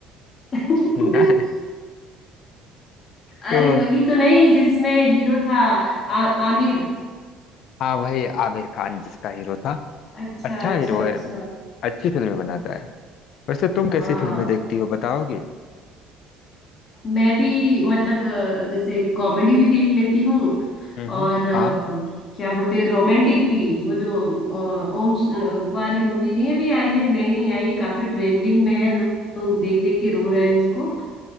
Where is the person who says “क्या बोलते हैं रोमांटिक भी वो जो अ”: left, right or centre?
Left